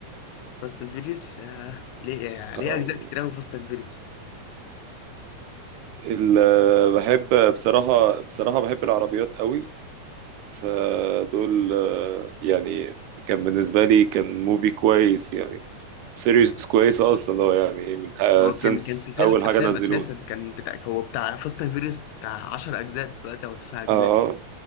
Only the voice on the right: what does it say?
آه
ال- آه، بحب بصراحه بصراحه بحب العربيات قوي فدول آه يعني كان بالنسبه لي كان موفي كويس يعني سيريز كويسه اصلا لو يعني من آه
سنس
اول حاجه
نزلوها
اه